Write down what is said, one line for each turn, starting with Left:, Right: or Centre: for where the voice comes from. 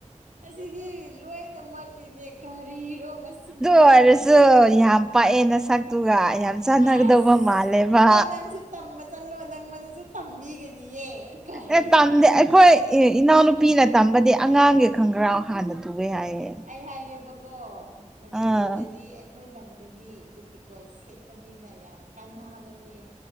Right: ꯑꯁꯤꯗꯤ ꯂꯣꯏꯅꯃꯛꯠꯀꯤꯅꯦ ꯀꯔꯤꯔꯣ ꯃꯁꯤ ꯅꯨꯄꯤꯁꯦ
Centre: ꯑꯗꯨꯑꯣꯏꯔꯁꯨ ꯌꯥꯝ ꯄꯥꯛꯑꯦ ꯅꯁꯛꯇꯨꯒ ꯌꯥꯝ ꯆꯥꯟꯅꯒꯗꯧꯕ
Right: ꯑꯥꯁ
Centre: ꯃꯥꯜꯂꯦꯕ
Right: ꯑꯣ ꯅꯪꯁꯨ ꯇꯝꯕ ꯆꯠꯂꯣ ꯅꯪꯉꯣꯟꯗꯁꯨ ꯇꯝꯕꯤꯒꯅꯤꯌꯦ ꯀꯔꯤ
Centre: ꯑꯦ ꯇꯝꯗꯦ ꯑꯩꯈꯣꯏ ꯑꯦ ꯏꯅꯥꯎꯅꯨꯄꯤꯅ ꯇꯝꯕꯗꯤ ꯑꯉꯥꯡꯒꯤ ꯈꯪ ꯈ꯭ꯔ ꯍꯥꯟꯅ ꯇꯨꯒꯦ ꯍꯥꯏꯌꯦ
Right: ꯑꯩ ꯍꯥꯏꯒꯦꯕꯀꯣ ꯃꯅꯤꯄꯨꯔꯗꯗꯤ
Centre: ꯑꯥ
Right: ꯑꯩꯈꯣꯏ ꯂꯝꯗꯗꯤ ꯄꯦꯇꯤꯀꯣ ꯁꯦꯠꯄꯅꯤꯅ ꯌꯥꯝ ꯀꯥꯟꯕꯅꯦ